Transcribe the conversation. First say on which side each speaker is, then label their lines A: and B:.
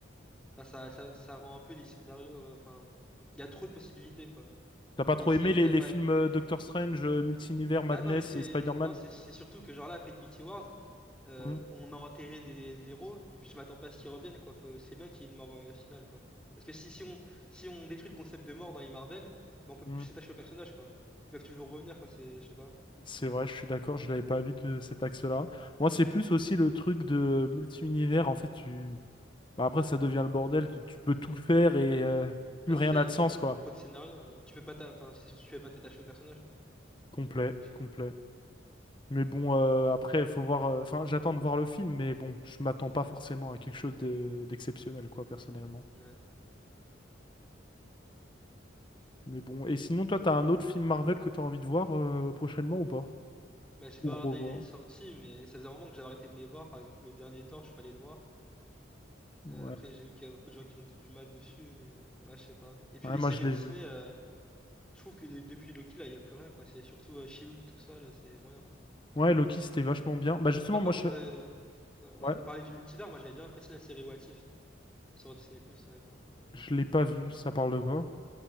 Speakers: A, in the centre; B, on the left.
A: enfin, ça, ça, ça rend un peu les scénarios. euh, Enfin, il y a trop de possibilités, quoi.
B: T'as pas
A: T'es
B: trop
A: si
B: aimé
A: jamais
B: les,
A: final,
B: les
A: pas...
B: films euh, Doctor Strange, euh, Multi-univers, Madness
A: Bah non, mais c'est.
B: et Spider-Man?
A: Non, c'est c'est surtout que, genre là, après Infinity Wars, euh,
B: Hmm,
A: on a enterré des, des héros, et puis je m'attends pas à ce qu'ils reviennent, quoi. Faut... C'est bien qu'il y ait une mort euh, finale, quoi. Parce que si, si on, si on détruit le concept de mort dans les Marvel, bah, on peut
B: hmm.
A: plus s'attacher aux personnages, quoi. Ils peuvent toujours revenir, quoi. C'est, je sais pas.
B: C'est vrai, je suis d'accord, je l'avais pas vu de cet axe-là. Moi, c'est plus aussi le truc de multi-univers. En fait, tu, Bah après, ça devient le bordel, tu, tu peux tout faire et euh, plus
A: Ouais,
B: rien
A: c'est ça,
B: n'a
A: il y a
B: de
A: trop
B: sens,
A: de,
B: quoi.
A: trop de scénarios. ouais. Tu peux pas t'a- Enfin, c'est surtout que tu peux pas t'attacher aux personnages, quoi.
B: Complet,
A: Je sais
B: complet.
A: pas.
B: Mais bon, euh, après, faut voir. euh, Enfin, j'attends de voir le film, mais bon, je m'attends pas forcément à quelque chose de- d'exceptionnel, quoi, personnellement.
A: Ouais.
B: Mais bon, et sinon, toi, t'as un autre film Marvel que t'as envie de voir euh, prochainement ou pas?
A: Bah, j'ai pas
B: Ou
A: regardé
B: revoir?
A: les sorties, mais ça faisait un moment que j'avais arrêté de les voir. Par exemple, le dernier Thor, je suis pas allé le voir.
B: Ouais.
A: Euh, après, j'ai vu qu'il y a beaucoup de gens qui ont dit du mal dessus, mais ouais, je sais pas. Et puis
B: Ouais,
A: les
B: moi,
A: séries
B: je l'ai
A: Disney,
B: vu.
A: euh, je trouve que de- depuis Loki, là, il y a plus rien, quoi. C'est surtout euh, She-Hulk, tout ça, là, c'est moyen, quoi.
B: Ouais, Loki, c'était vachement bien. Bah justement,
A: Moi,
B: moi,
A: par
B: je...
A: contre, euh, ouais,
B: Ouais,
A: on parlait du multivers, moi, j'avais bien apprécié la série What If sur Disney+, honnêtement.
B: je l'ai pas vu. Ça parle de quoi?